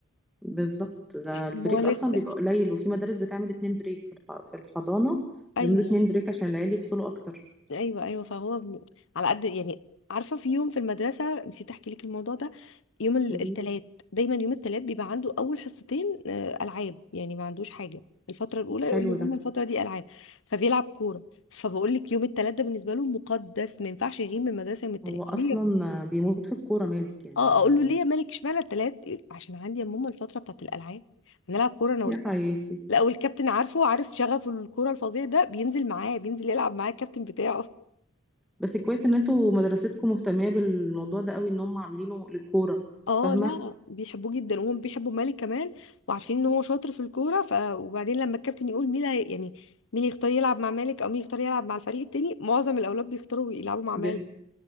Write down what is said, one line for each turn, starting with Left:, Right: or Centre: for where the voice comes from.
Centre: بالظبط ده البريك
Left: ما هو لسه
Centre: أصلا بيبقى قليل وفي مدارس بتعمل اتنين بريك في الح- في الحضانة
Left: ايوه
Centre: بيعملوا اتنين بريك عشان العيال يفصلوا أكتر
Left: ايوه ايوه فهو ب- على قد يعني عارفه في يوم في المدرسه نسيت احكي لك الموضوع ده يوم ال-
Centre: قولي
Left: التلات دايما يوم التلات بيبقى عنده اول حصتين آه، العاب يعني ما عندوش حاجه الفتره الاولى
Centre: حلو
Left: يقول لي ماما
Centre: ده
Left: الفتره دي العاب فبيلعب كوره فبقول لك يوم التلات ده بالنسبه له مقدس ما ينفعش يغيب من المدرسه يوم التلات
Centre: هو اصلا
Left: ليه يا-
Centre: بيموت في الكوره مالك يعني
Left: اه اقول له ليه يا مالك اشمعنى التلات يقول- عشان عندي يا ماما الفتره بتاعت الالعاب هنلعب كوره انا والكابتن
Centre: يا حياتي
Left: لا والكابتن عارفه وعارف شغفه الكوره الفظيع ده بينزل معاه بينزل يلعب معاه الكابتن بتاعه
Centre: بس كويس ان انتوا مدرستكم مهتمه بالموضوع ده قوي ان هم عاملينه للكوره
Left: اه
Centre: فاهمه
Left: لا بيحبوه جدا وهم بيحبوا مالك كمان وعارفين ان هو شاطر في الكوره ف وبعدين لما الكابتن يقول مين هي- يعني مين يختار يلعب مع مالك او مين يختار يلعب مع الفريق التاني معظم الاولاد بيختاروا يلعبوا مع
Centre: ب-
Left: مالك